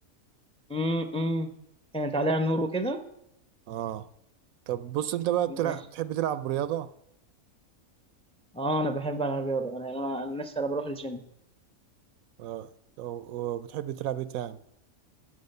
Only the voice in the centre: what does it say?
امم كانت عليها نور وكده
ماشي
اه انا بحب العب رياضه انا انا أنا لسه انا بروح الجيم